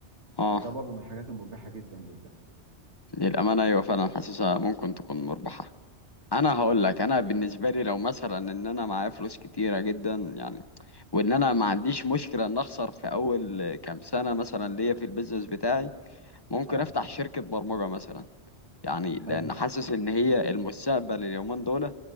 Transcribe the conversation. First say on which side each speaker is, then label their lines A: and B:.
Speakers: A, on the left; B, on the right.
A: اه
B: فده برضو من الحاجات المربحة جدا جدا
A: للأمانة أيوة فعلا حاسسها ممكن تكون مربحة أنا هقول لك أنا بالنسبة لي لو مثلا إن أنا معايا فلوس كتيرة جدا يعني وإن أنا ما عنديش مشكلة إن أخسر في أول كام سنة مثلا ليا في البيزنس بتاعي ممكن
B: اه
A: أفتح شركة برمجة مثلا يعني لأن
B: حلو
A: حاسس إن هي المستقبل اليومين دول